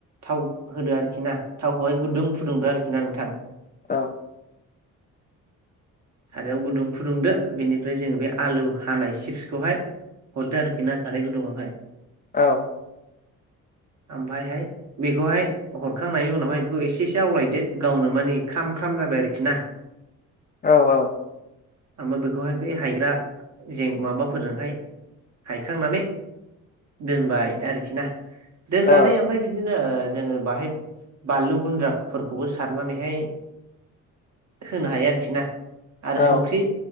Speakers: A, on the right; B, on the left.
A: थाव होदो आरोखि ना थावखौहाय गुदुं फुदुंदो आरोखि ना नोंथां।
B: औ।
A: सारायाव गुदुं फुदुंदो बेनिफ्राय जोङो बे आलु हानाय सिप्सखौहाय हरदो आरोखिना साराय गुदुंआवहाय।
B: औ।
A: आमफायहाय बेखौहाय हरखांनायनि उनावहाय बेखौ एसे एसे आवलायदो गावनो मानि ख्राम ख्रा म जाबाय आरोखि ना।
B: औ औ।
A: ओमफाय बेखौहाय ब हायग्रा जें माबाफोरजोंहाय हायखांनानै दोनबाय आरोखि ना। दोननानै
B: औ
A: ओमफ्राय बिदिनो ओ जोङो बाहाय बानलु गुन्द्राफोरखौबो सारनानैहाय होनो हायो आरोखि ना। आरो
B: औ
A: संख्रि